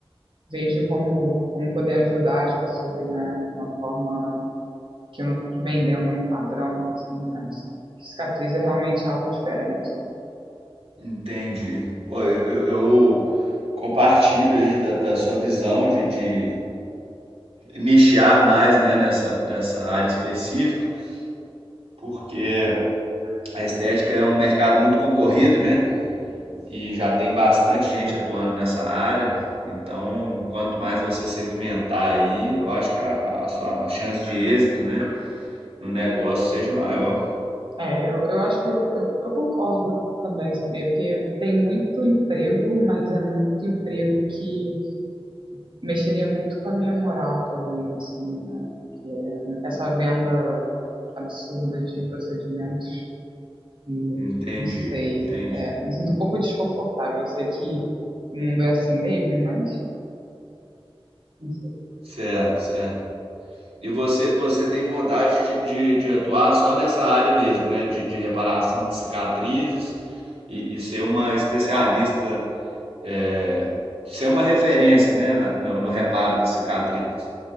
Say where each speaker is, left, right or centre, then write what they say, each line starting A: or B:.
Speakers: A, on the right; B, on the right.
A: vejo como, como poder ajudar as pessoas, né, de uma forma que eu não fique vendendo um padrão, assim, mas cicatriz é realmente algo diferente.
B: Entendi. Pô, eu, eu- eu compartilho aí da, da sua visão de, de nichar mais, né, nessa, nessa área específica, porque a estética é um mercado muito concorrido, né? E já tem bastante gente atuando nessa área. Então, quanto mais você segmentar aí, eu acho que a, a sua a chance de êxito, né, no negócio seja maior.
A: É, eu, eu acho que eu, eu, eu concordo também, sabia? Porque tem muito emprego, mas é muito emprego que mexeria muito com a minha moral, talvez, assim, né? Que é essa venda absurda de procedimentos que,
B: Entendi,
A: não sei,
B: entendi.
A: é, me sinto um pouco desconfortável. Eu sei que o mundo é assim mesmo, mas não sei.
B: Certo, certo. E você, você tem vontade de, de, de atuar só nessa área mesmo, né? De, de reparação de cicatrizes e, e ser uma especialista, é, ser uma referência, né? Na- no, no reparo de cicatrizes.